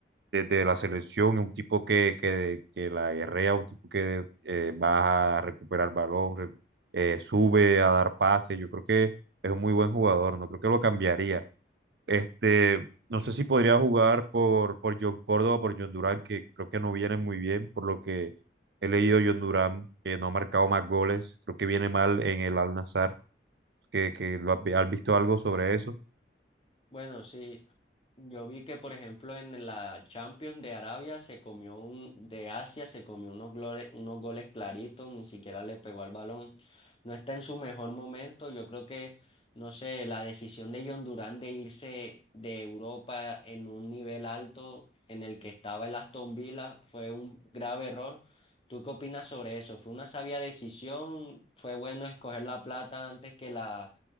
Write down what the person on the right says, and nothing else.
de, de la selección, un tipo que, que, que la guerrea, un tipo que eh, va a recuperar balón, re- eh, sube a dar pase. Yo creo que es un muy buen jugador. No creo que lo cambiaría. Este, no sé si podría jugar por, por John Córdoba, por John Durán, que creo que no vienen muy bien, por lo que He leído John Durán, que no ha marcado más goles. Creo que viene mal en el Al-Nassr, que, que lo has, vi- has visto algo sobre eso.